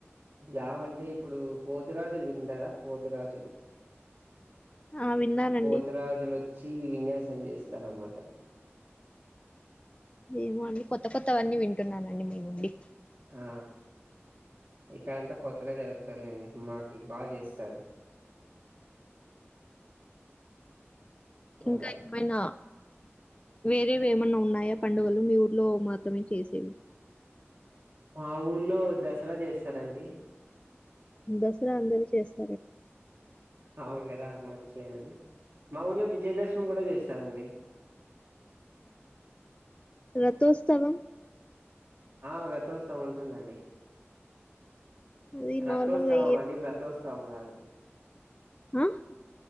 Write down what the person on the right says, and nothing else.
గావ అంటే ఇప్పుడు పోతురాజులు విన్నారా పోతురాజులు
పోతురాజులు వచ్చి విన్యాసం చేస్తారన్నమాట
ఆ ఇక్కడంతా కొత్తగా జరుపుతారులేండి మాకు బాగా చేస్తారు
అలా
మా ఊర్లో దసరా చేస్తారండి
అవును కదా మర్చిపోయానండి మా ఊర్లో విజయదశమి కూడా చేస్తారండి
ఆ రతోత్సవం ఉంటుందండి
రథోత్సవం
అండి వ్రతోత్సవం కాదు